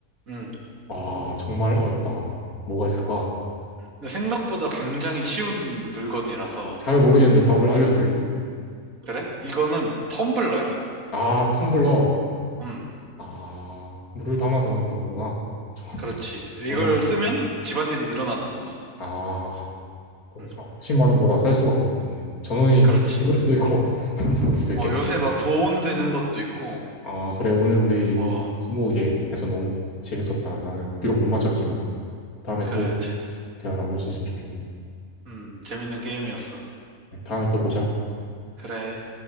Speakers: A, on the right; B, on the left.
A: 음.
B: 아, 정말 어렵다. 뭐가 있을까?
A: 근데 생각보다 굉장히 쉬운 물건이라서
B: 어, 잘 모르겠는데 답을 알려줄래?
A: 그래? 이거는 텀블러야.
B: 아, 텀블러.
A: 음,
B: 아, 물을 담아두는 정도구나. 정-
A: 그렇지. 이걸
B: 정말.
A: 쓰면 집안일이 늘어나는 거지.
B: 아, 그렇구나.
A: 음,
B: 10만 원보다 쌀 수밖에 없겠네. 전원이
A: 그렇지.
B: 그럴 수도 있고, <laughs> 안 나올 수도 있겠네.
A: 어, 요새 막 보온되는 것도 있고,
B: 아, 그래. 오늘 우리
A: 어,
B: 스무고개 해서 너무 재밌었다. 나는 비록 못 맞췄지만 다음에
A: 그래.
B: 또
A: 제-
B: 대화 나눌 수 있으면 좋겠네.
A: 음, 재밌는 게임이었어.
B: 네, 다음에 또 보자.
A: 그래.